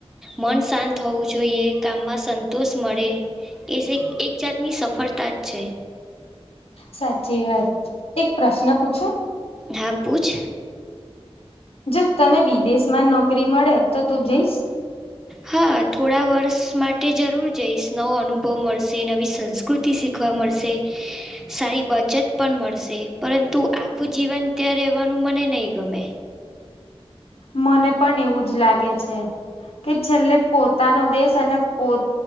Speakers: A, in the centre; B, on the left.
A: મન શાંત હોવું જોઈએ કામમાં સંતોષ મળે એ જે એક જાતની સ ફરતા જ છે.
B: સાચી વાત. એક પ્રશ્ન પૂછું?
A: હા, પૂછ.
B: જો તને વિદેશમાં નોકરી મળે તો તું જઈશ?
A: હા, થોડા વર્ષ માટે જરૂર જઈશ નવો અનુભવ મળશે નવી સંસ કૃતિ શીખવા મળશે. સારી બચત પણ મળશે પરંતુ આખું જીવન ત્યાં રહેવાનું મને નહીં ગમે.
B: મને પણ એવું જ લાગે છે. કે છેલ્લે પોતાનો દેશ અને પોત